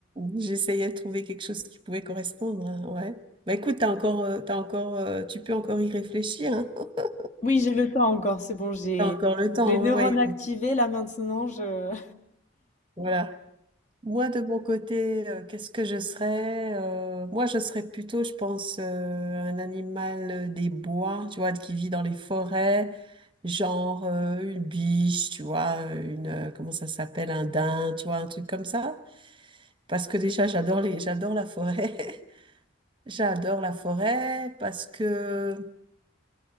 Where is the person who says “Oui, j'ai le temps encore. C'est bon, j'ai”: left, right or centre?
Left